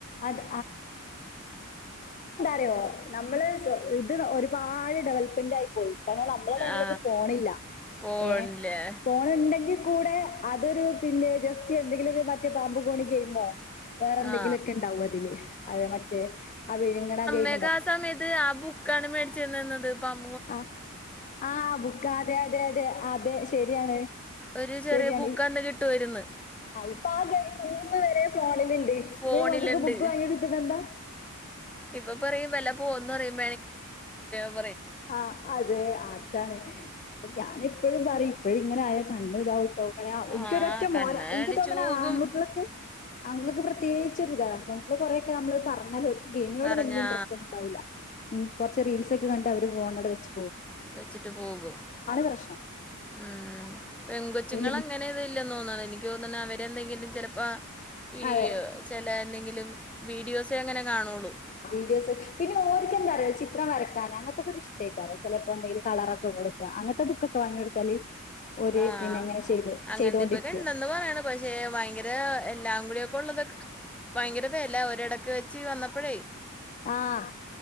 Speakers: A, on the left; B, in the centre.
A: അത് അതെയോ നമ്മള് സോ ഇത് ഓര്പാട് ഡെവലപ് മെന്റ് ആയിപോയി കാരണം നമ്മളെ ടൈമിലോക്കേ
B: ആ
A: പോണില്ല
B: പോണില്ലേ
A: എ ഫോണുണ്ടെങ്കിൽ കൂടെ അതൊരു പിന്നെ ജസ്റ്റ്‌ എന്തെങ്കിലും ഒരു മറ്റേ ബാമ്പു ഗോണിക് ഗയിമോ വേറെ എന്തെങ്കിലുമൊക്കെ
B: ആ
A: ഉണ്ടാവും അതിൽ മറ്റേ ആ വിഴുങ്ങണ ഗയിം
B: നമ്മളൊക്കെ ആസമയത്ത് ആ ബുക്കാണ് മേടിച്ച് തരുന്നത് പപ്പേ
A: ആ ആ ബുക്ക് അതെ അതെ അതെ ശരിയാണ്
B: ഒരു ചെറിയ
A: ശരിയാണ്
B: ബുക്ക് അന്ന് കിട്ടുമായിരുന്നു
A: ഇപ്പൊ <unintelligible> മൂന്ന് വരെ <inaudible>
B: ഫോണിലുണ്ട്
A: ഈ മക്കൾക്ക് ബുക്ക് വാങ്ങിയെടുത്തിട്ട് എന്താ
B: ഇപ്പ പറയും വെല പോവുമെന് പറയും <inaudible>
A: ആ അതെ അതാണ് ഞാനെപ്പഴും പറയും എപ്പഴും ഇങ്ങനായ കണ്ണ്താവും കേട്ടോ എനിക്ക്
B: ആ
A: ഒരൊറ്റ
B: കണ്ണടിച്ചു
A: മോനാ എനിക്ക് തോന്നുന്നു
B: പോകും
A: ആൺകുട്ടികളൊക്കെ ആണുങ്ങ- തേകിച്ചൊരു ഇതാ നമ്മള് കൊറെയൊക്കെ നമ്മള് പറഞ്ഞാൽ ഒരു ഇത് ഗയിമിനോട്
B: പറഞ്ഞാ
A: വലിയ ഇന്ററസ്റ്റ്ഒന്നും ഉണ്ടാവില്ല ന മ് കുറച്ച് റീൽസ്ഒക്കെ കൺ - അവര് ഫോണ് അവിടെവച്ച്
B: വെച്ചിട്ട് പോകും
A: പ്രശ്നം
B: ഉം പെങ്കൊച്ചുങ്ങൾ
A: ഒരു ലിമി
B: അങ്ങനെ ഇല്ലന്ന് തോന്നണ് എനിക്ക് തോന്നണ് അവര് എന്തെങ്കിലും ചെലപ്പാ ഈ
A: അതെ
B: ചെല എന്തെങ്കിലും വീഡിയോസെ അങ്ങനെ കാണുവോള്ളൂ
A: വീഡിയോസ് പിന്നെ ഓരിക്ക് എന്താറിയോ ചിത്രം വരക്കാന് അങ്ങനത്തെ ഒക്കെ ഇഷ്ടാ <unintelligible> ചെലപ്പോ എന്തേലും കളറൊക്കെ കൊടുക്കാ അങ്ങൻ ബുക്കക്കെ വാങ്ങി കൊടുത്താല് ഓര്
B: ആ
A: പിന്നെ അങ്ങനെ ചെയ്തു
B: അങ്ങനത്തെ
A: ചെയ്തോണ്ടിരിക്കും
B: ഇപ്പോ രണ്ടെണ്ണം പറയണ് പക്ഷെ ഭയങ്കര എല്ലാം കൂടെയെക്കെ ഒള്ളതൊക്ക് ഭയങ്കര വെല ഒരെടക്കു വെച്ച് വന്നപ്പഴേ
A: ആഹ്